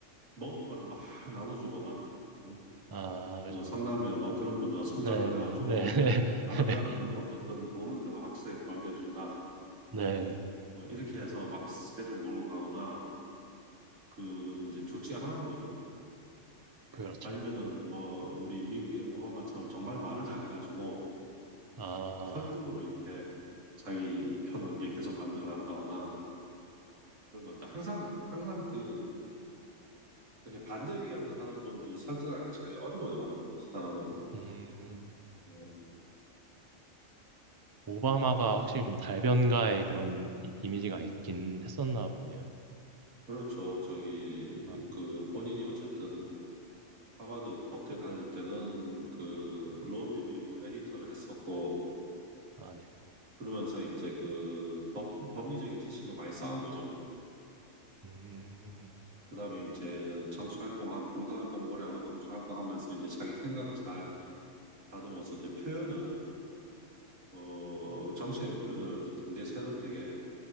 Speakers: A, on the right; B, on the right.
A: 먹을 거를 막 나눠주거나, 응?
B: 아, 그죠.
A: 그 상남에 뭐 그런 분들 손잡고
B: 네,
A: 해가지고
B: 네, 네, 네.
A: 나를
B: <laughs>
A: 따르면은 어쨌든 돈은 내가 확실하게 벌게 해준다.
B: 네,
A: 네. 뭐 이렇게 해서 막 새를 몰고 가거나 그 이제 둘 중에 하나인 거지.
B: 그렇죠.
A: 아니면은 뭐 우리 미국의 오바마처럼 정말 말을 잘해가지고
B: 아,
A: 이제 설득으로 이렇게 자기 편을 이렇게 계속 만들어 간다거나 그런 건데 항상 항상 그 이렇게 반대 의견 하는 분들 설득하기 제일 어려워요. 사람은.
B: 음,
A: 네.
B: 오바마가 확실히 좀 달변가의 그런 이, 이미지가 있긴 했었나 보네요.
A: 그렇죠. 저기
B: 아,
A: 그 본인이 어쨌든 하버드 법대 다닐 때는 그, 로 리뷰 에디터를 했었고,
B: 아, 네.
A: 그러면서 이제 그 법, 법리적인 지식을 많이 쌓은 거죠.
B: 음,
A: 그 다음에 이제 정치활동한, 봉사활동 오래 하고 정치활동하면서 이제 자기 생각을 잘 다듬어서 이제 표현을, 어, 정치인 표현을 굉장히 세련되게